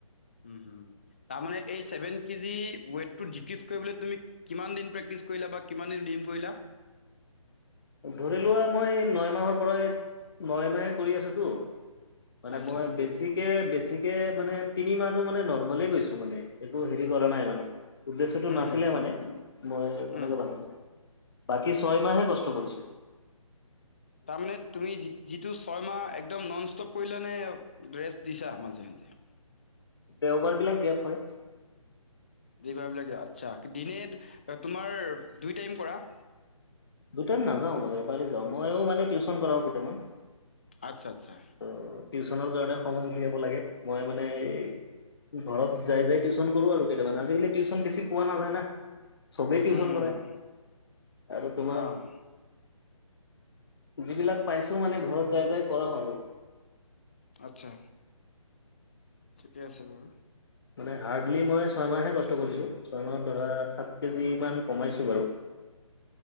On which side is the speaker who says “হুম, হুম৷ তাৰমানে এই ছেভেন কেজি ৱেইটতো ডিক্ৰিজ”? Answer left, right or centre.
Left